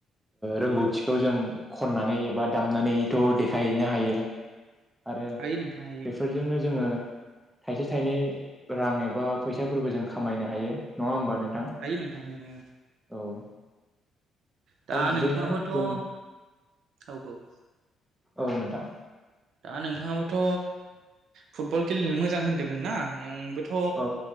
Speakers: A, in the centre; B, on the right.
A: रोंगौथिखौ जों खननानै एबा दाम खालामनानैथ' देखायहैनो हायो। आरो
B: हायो नोंथां हायो
A: बेफोरजोंनो जोङो थाइसे थाइनै रां एबा फैसाफोरबो जों खामायनो हायो नङा होमबा नोंथां
B: हायो नोंथां हायो
A: औ
B: दा
A: बिदिनो
B: नोंथाङाबोथ'
A: जों
B: औ औ
A: औ नोंथां
B: दा नोंथाङाबोथ' फुटबल गेलेनो मोजां होन्दोंमोन ना नोंबो थ
A: औ